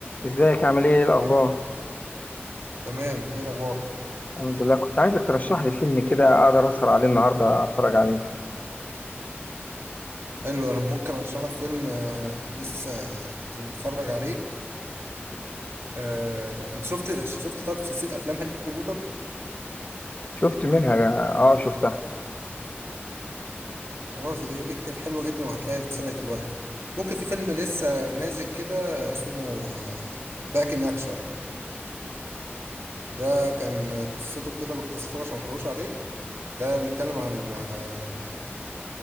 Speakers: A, on the left; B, on the right.
A: ازيك عامل ايه ايه الاخبار
B: تمام ايه الاخبار
A: الحمد لله كنت عايزك ترشح لي فيلم كده اقدر اسهر عليه النهارده اتفرج عليه
B: حلو انا ممكن ارشح لك فيلم آه لسه كنت متفرج عليه آه انت شفت شفت طب سلسله افلام هاري بوتر
A: شفت منها اه شفتها
B: خلاص دي دي كانت حلوه جدا وهتلاقي اتسرقت الوقت ممكن في فيلم لسه نازل كده اسمه باك ان اكشن ده كان قصته كده باختصار عشان ما احرقوش عليك ده بيتكلم عن آه،